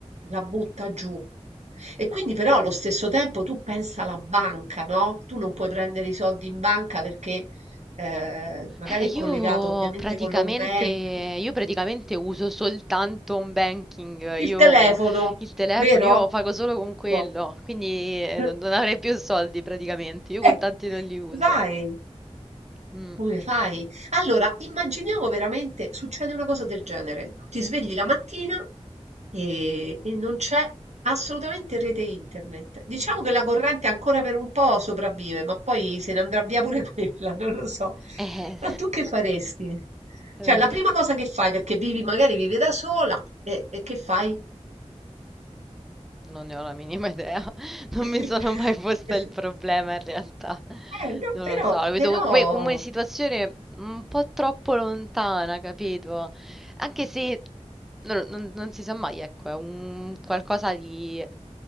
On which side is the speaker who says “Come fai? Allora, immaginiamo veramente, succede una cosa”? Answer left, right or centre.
Right